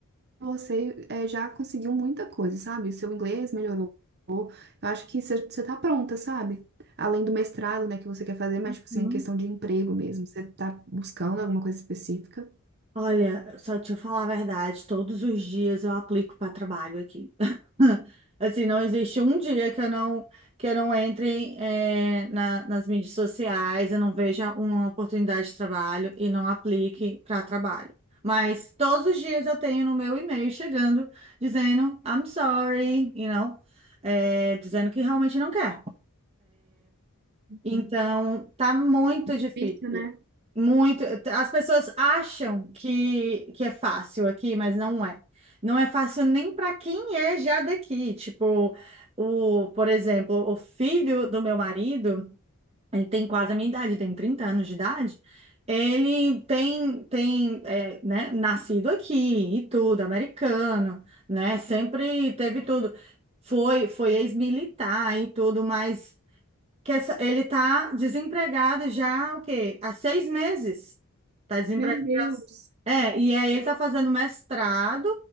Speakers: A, on the right; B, on the right.
A: você é, já conseguiu muita coisa, sabe? Seu inglês melhorou. Eu acho que você você tá pronta, sabe? Além do mestrado, né, que você quer fazer, mas
B: uhum.
A: tipo assim, questão de emprego mesmo. Você tá buscando alguma coisa específica?
B: Olha, só te falar a verdade, todos os dias eu aplico para trabalho aqui. <laughs> Assim, não existe um dia que eu não, que eu não entre, eh, na- nas mídias sociais, eu não veja uma oportunidade de trabalho e não aplique para trabalho. Mas todos os dias eu tenho no meu e-mail chegando dizendo I'm sorry, you know, eh, dizendo que realmente não quer. Então,
A: Hum.
B: tá muito
A: Difícil,
B: difícil.
A: né?
B: Muito. As pessoas acham que, que é fácil aqui, mas não é. Não é fácil nem para quem é já daqui. Tipo, o, por exemplo, o filho do meu marido, ele tem quase a minha idade, tem 30 anos de idade. Ele tem, tem, é, né, nascido aqui e tudo, americano, né? Sempre teve tudo. Foi, foi ex-militar e tudo, mas que essa- ele tá desempregado já, o quê? Há seis meses. Tá desempregado
A: Meu Deus!
B: já. É, e aí ele tá fazendo mestrado,